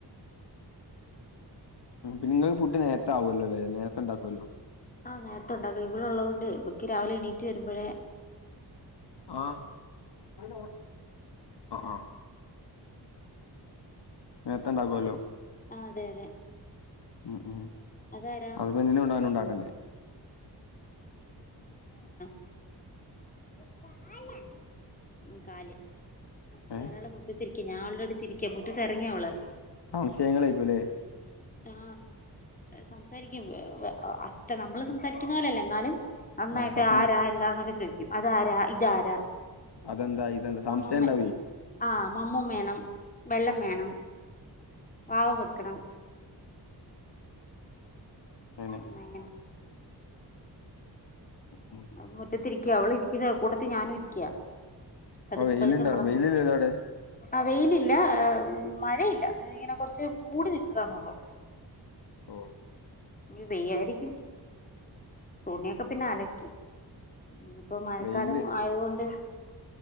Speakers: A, on the left; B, on the left.
A: പിന്നെ നിങ്ങള് ഫുഡ് നേരത്തെ ആവല്ലോല്ലെ നേരത്തെ ഉണ്ടാക്കുവല്ലോ
B: ആ നേരത്തെ ഒണ്ടാക്കണം ഇവളൊള്ളത് കൊണ്ട് ഇവക്ക് രാവിലെ എണീറ്റ് വരുമ്പഴേ
A: ആ ആ ആ നേത്തണ്ടകുവല്ലോ
B: ആ അതെ അതെ
A: ഉം ഉം
B: അതാരാ
A: അതിപ്പോ എന്തേലും കൊണ്ടവാനും ണ്ടാക്കണ്ടേ
B: <unintelligible> വ്ടെ ഒരാള്
A: ഏ
B: മുറ്റത്തിരിക്ക ഞാവള്ടട് തിരിക്ക മുറ്റത്തെറങ്ങി അവള്
A: സംശയങ്ങളായിക്കുല്ലേ
B: ആ സംസാരിക്കും വ് വ് അത്ര നമ്മള് സംസാരിക്കുന്ന പോലല്ല എന്നാലും നന്നായിട്ട്
A: ആ തപ്പി
B: ആരാ എന്താന്നൊക്കെ ചോദിക്കും അത് ആര ഇതാരാ
A: അതെന്താ ഇതെന്താ സംശയം
B: മമ്മൊമ്മേ
A: ഉണ്ടാവേ
B: ആ മമ്മം വേണം വെള്ളം വേണം വാവ വെക്കണം
A: അങ്ങനെ
B: ന്നെങ്ങെനെ
A: ഉം.
B: അപ്പ മുറ്റത്തിരിക്ക അവള് ഇരിക്കന്ന കൂട്ടത്തി ഞാനും ഇരിക്കാ പതുക്ക
A: അപ്പൊ വെയിലുണ്ടോ
B: പതുക്ക നടന്നു
A: വെയിലില്ലല്ലോ അവിടെ
B: ആ വെയിലില്ല ആ ഉം മഴയില്ല എഹ് ഇങ്ങനെ കുറച്ച് മൂടി നിക്കന്നള്ളു
A: ഓ
B: ഞ്ഞി പെയ്യായ്രിക്കും തുണിയൊക്ക പിന്നെ അലക്കി ഞ്ഞി പ്പൊ മഴക്കാലം
A: വെയില്
B: ആയതുകൊണ്ട്